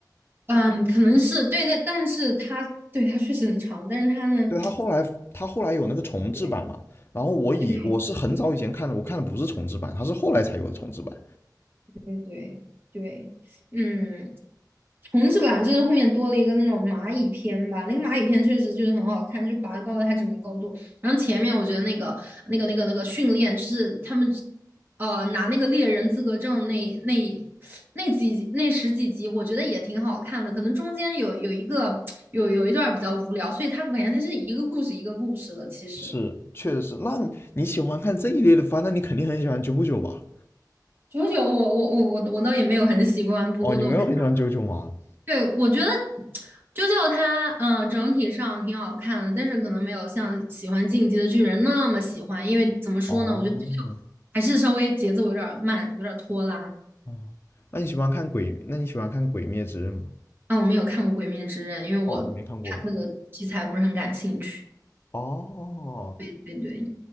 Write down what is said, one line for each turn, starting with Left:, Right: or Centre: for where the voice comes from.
Right: 嗯，可能是对的，但是他对他确实很长，但是他呢，
Left: 对，它后来它后来有那个重制版嘛，
Right: <tsk>
Left: 然后我以我是很早以前看的，
Right: 对对
Left: 我看的不是重制版，它是后来才有的重制版。
Right: 对对对，嗯，虫子吧，就是后面多了一个那种蚂蚁篇吧，那个蚂蚁篇确实就是很好看，就拔高了它整个高度。然后前面我觉得那个那个那个那个训练，就是他们呃拿那个猎人资格证那那那几那十几集，我觉得也挺好看的。可能中间有有一个有有一段比较无聊，所以它感觉它是一个故事一个故事的。其实
Left: 是，确实是。那你喜欢看这一类的番，那你肯定很喜欢九九吧？
Right: 九九我我我我我倒也没有很喜欢，不过都看。
Left: 哦，你没有很喜欢九九吗？
Right: 对，我觉得啾啾它，嗯、整体上挺好看的，但是可能没有像喜欢《进击的巨人》那么喜欢，因为怎么说呢，
Left: 哦，
Right: 我觉得啾啾还是稍微节奏有点儿慢，有点儿拖拉。
Left: 哦，那你喜欢看鬼？那你喜欢看《鬼灭之刃》吗？
Right: 啊，我没有看过《鬼灭之刃》，因为我它这个题材不是很感兴趣。
Left: 哦，你没看过。哦，
Right: 对对对，